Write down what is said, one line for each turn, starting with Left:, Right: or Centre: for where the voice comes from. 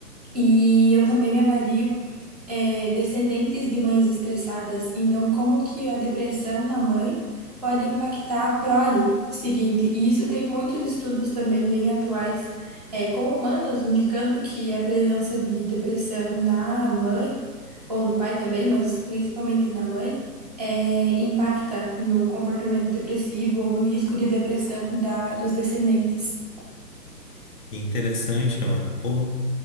Right: E eu também avalio eh, descendentes de mães estressadas. Então, como que a depressão na mãe pode impactar a prole seguinte? E isso tem muitos estudos também bem atuais eh, com humanos indicando que a presença de depressão na mãe, ou no pai também, mas principalmente na mãe, eh, impacta no comportamento depressivo ou no risco de depressão da, dos descendentes.
Left: Interessante, Amanda. Pô,